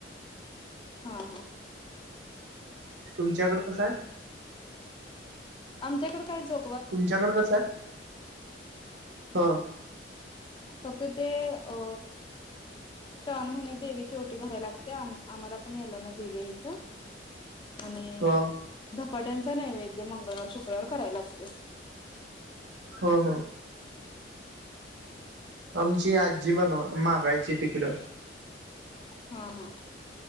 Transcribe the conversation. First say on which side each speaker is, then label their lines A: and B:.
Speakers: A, on the left (about 25°); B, on the right (about 80°).
A: ह ह.
B: तुमच्याकड कसय.
A: आमच्याकडे काय, जो
B: तुमच्याकडे कसंय ह.
A: फक्त ते, अ श्रावण महिन्यात देवी ओटी भराय लागते. आ आम्हाला पण यालमा देवी आईचं. आणि
B: ह
A: धधपाट्यांचा नैवेद्य, मंगळवार शुक्रवार करायला लागते.
B: हो हो. आमची आजी बनवा, मागायची तिकडं.
A: हा हा.